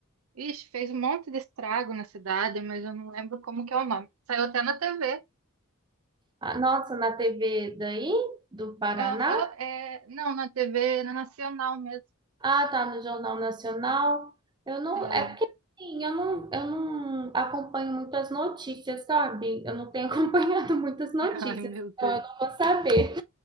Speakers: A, on the right; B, on the right.
A: ixi, fez um monte de estrago na cidade, mas eu não lembro como que é o nome. Saiu até na TV.
B: Ah, nossa, na TV daí do Paraná?
A: Aham, é, não, na TV nacional mesmo.
B: Ah, tá no Jornal Nacional. Eu não,
A: É,
B: é porque assim, eu não, eu não acompanho muitas notícias, sabe? Eu não tenho <laughs> acompanhado muitas notícias,
A: <laughs> ai, meu Deus.
B: então eu não vou saber